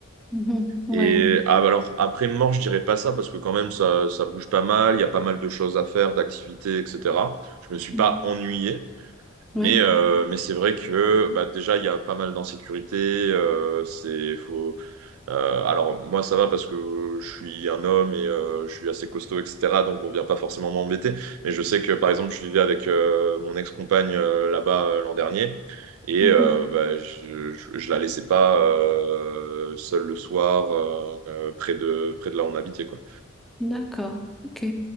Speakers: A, in the centre; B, on the right (about 85°).
A: mhm, ouais,
B: Et ah, bah, alors, après mort, je dirais pas ça, parce que quand même, ça, ça bouge pas mal, il y a pas mal de choses à faire, d'activités, etc. Je me suis
A: mm,
B: pas ennuyé. Mais,
A: ouais,
B: euh, mais c'est vrai que bah, déjà, il y a pas mal d'insécurité. euh, c'est, faut, euh, alors, moi, ça va parce que je suis un homme et euh, je suis assez costaud, etc. Donc, on vient pas forcément m'embêter. Mais je sais que, par exemple, je vivais avec euh, mon ex-compagne euh, là-bas euh, l'an dernier. Et
A: mhm,
B: euh, bah, je, je, je la laissais pas euh, seule le soir euh, euh, près de, près de là où on habitait, quoi.
A: d'accord, ok.